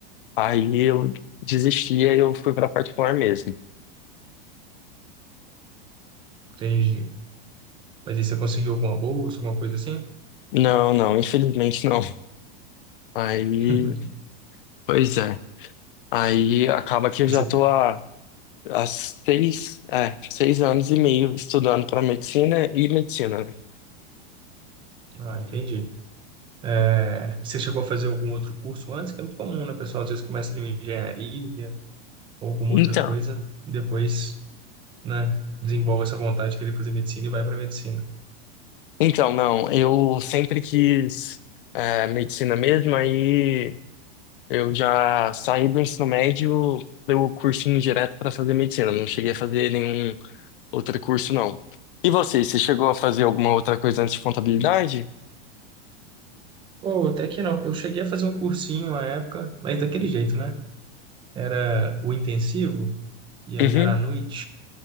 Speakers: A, on the left (about 55°); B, on the right (about 15°).
A: aí eu desisti, aí eu fui pra particular mesmo.
B: Entendi. Mas aí você conseguiu alguma bolsa, alguma coisa assim?
A: Não, não, infelizmente não. Aí,
B: <laughs>
A: pois é. Aí acaba que eu
B: Você...
A: já tô há, há seis, é, seis anos e meio estudando para medicina e medicina, né?
B: Ah, entendi. É, E você chegou a fazer algum outro curso antes? Que é muito comum, né, pessoal? Às vezes começa ali uma engenharia ou alguma
A: Então,
B: outra coisa e depois, né, desenvolve essa vontade de querer fazer medicina e vai para medicina.
A: então, não, eu sempre quis é, medicina mesmo, aí. Eu já saí do ensino médio, dei o cursinho direto para fazer medicina. Não cheguei a fazer nenhum outro curso, não. E você, você chegou a fazer alguma outra coisa antes de contabilidade?
B: Ou até que não. Eu cheguei a fazer um cursinho à época, mas daquele jeito, né? Era o intensivo e aí
A: Uhum,
B: era à noite.